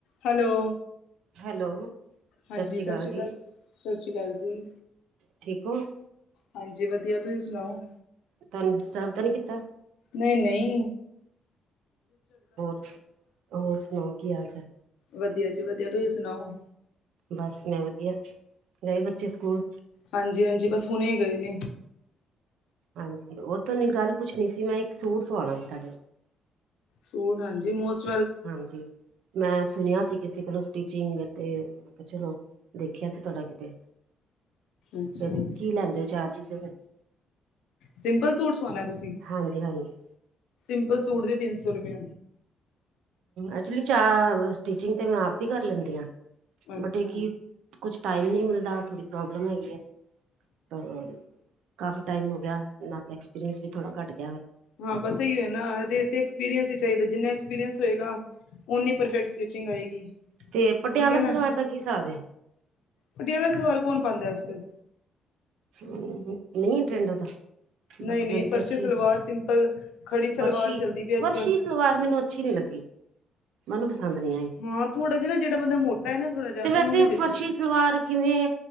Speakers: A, on the left (about 85°); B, on the right (about 80°).
A: ਹੈਲੋ।
B: ਹੈਲੋ, ਸਤਿ
A: ਹਾਂਜੀ,
B: ਸ੍ਰੀ
A: ਸਾਸਰੀ
B: ਅਕਾਲ ਜੀ।
A: ਕਾ, ਸਾਸਰੀ ਕਾਲ਼ ਜੀ।
B: ਠੀਕ ਹੋ?
A: ਹਾਂਜੀ, ਵਧੀਆ ਤੁਹੀਂ ਸੁਣਾਓ?
B: ਤੁਹਾਨੂੰ ਡਿਸਟਰਬ ਤਾਂ ਨੀ ਕੀਤਾ?
A: ਨ‌ਈ-ਨ‌ਈ।
B: ਹੋਰ-ਹੋਰ ਸੁਣਾਓ ਕੀ ਹਾਲ-ਚਾਲ?
A: ਵਧੀਆ ਜੀ ਵਧੀਆ। ਤੁਹੀ ਸੁਣਾਓ?
B: ਬਸ ਮੈਂ ਵਧੀਆ, ਗਏ ਬੱਚੇ ਸਕੂਲ
A: ਹਾਂਜੀ-ਹਾਂਜੀ, ਬਸ ਹੁਣੇ ਗਏ ਨੇ।
B: ਹਾਂਜੀ, ਉਹ ਤੁਹਾਨੂੰ ਗੱਲ ਪੁੱਛਣੀ ਸੀ। ਮੈਂ ਇੱਕ ਸੂਟ ਸਵਾਣਾ ਸੀ ਤੁਹਾਡੇ
A: ਸੂਟ ਹਾਂਜੀ, ਮੋਸ
B: ਹਾਂਜੀ। ਮੈਂ ਸੁਣਿਆ ਸੀ ਕਿਸੇ ਕੋਲੋਂ। ਸਟਿਚਿੰਗ ਅਤੇ ਚਲੋ, ਦੇਖਿਆ ਸੀ ਤੁਹਾਡਾ ਕਿਤੇ
A: ਅੱਛਾ
B: ਫੇਰ ਕੀ ਲੈਂਦੇ ਚਾਰਜ ਫਿਰ
A: ਸਿੰਪਲ ਸੂਟ ਸਵਾਣਾ ਤੁਸੀਂ।
B: ਹਾਂਜੀ, ਹਾਂਜੀ।
A: ਸਿੰਪਲ ਸੂਟ ਦੇ ਤਿੰਨ ਸੌ ਰੁਪਏ
B: ਐਕਚੁਲੀ ਚਾਰ, ਸਟਿਚਿੰਗ ਤੇ ਮੈਂ ਆਪ ਈ ਕਰ ਲੈਂਦੀ ਆ।
A: ਅੱਛਾ
B: ਬਟ, ਇਹ ਕਿ ਕੁਛ ਟਾਈਮ ਨਹੀਂ ਮਿਲਦਾ, ਥੋੜੀ ਪ੍ਰੋਬਲਮ ਹੈਗੀ ਐ। ਪਰ ਕਾਫ਼ੀ ਟਾਈਮ ਹੋ ਗਿਆ। ਨਾ ਤਾਂ ਐਕਸਪੀਰੀਐਂਸ ਵੀ ਥੋੜਾ ਘੱਟ ਗਿਆ ਵਾ।
A: ਹਾਂ ਬਸ, ਓਹੀਓ ਏ ਨਾ, ਦੇਸ ਤੇ ਐਕਸਪੀਰੀਅੰਸ ਈ ਚਾਹੀਦਾ। ਜਿੰਨਾ ਐਕਸਪੀਰੀਅੰਸ ਹੋਏਗਾ ਓਨੀ ਪਰਫੈਕਟ ਸਟਿਚਿੰਗ ਆਏਗੀ,
B: ਤੇ ਪਟਿਆਲਾ
A: ਠੀਕ ਏ ਨਾ।
B: ਸਲਵਾਰ ਦਾ ਕੀ ਹਿਸਾਬ ਹੈ
A: ਪਟਿਆਲਾ ਸਲਵਾਰ ਕੌਣ ਪਾਂਦਾ ਅੱਜ-ਕੱਲ
B: ਹੂੰ, ਨਹੀਂ ਟਰੈਂਡ ਉਹਦਾ
A: ਨਹੀਂ-ਨਹੀਂ
B: ਬਟ, ਮੈਨੂੰ
A: ਫਰਸ਼ੀ
B: ਤੇ ਅੱਛੀ,
A: ਸਲਵਾਰ ਸਿੰਪਲ ਖੜੀ ਸਲਵਾਰ
B: ਫਰਸ਼ੀ-ਫਰਸ਼ੀ
A: ਚੱਲਦੀ ਪਈ ਅੱਜ ਕੱਲ
B: ਸਲਵਾਰ ਮੈਨੂੰ ਅੱਛੀ ਨੀ ਲੱਗੀ, ਮੈਨੂੰ ਪਸੰਦ ਨੀ ਆਈ।
A: ਹਾਂ, ਥੋੜਾ ਜਿਹਾ ਨਾ ਜਿਹੜਾ ਬੰਦਾ ਮੋ ਮੈਂ ਨਾਂ ਥੋੜਾ ਜਿਹਾ
B: ਤੇ
A: ਉਹਨੂੰ
B: ਵੈਸੇ
A: ਨੀ ਜੱਚਦੀ
B: ਫਰਸ਼ੀ ਸਲਵਾਰ ਕਿਵੇਂ